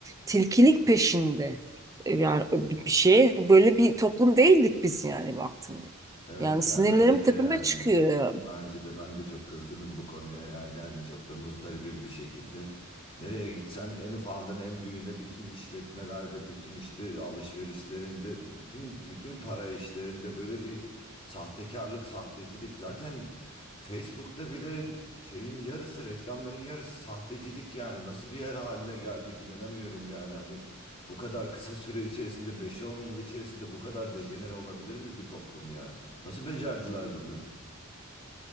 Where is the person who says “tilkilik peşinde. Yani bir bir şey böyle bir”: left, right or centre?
Right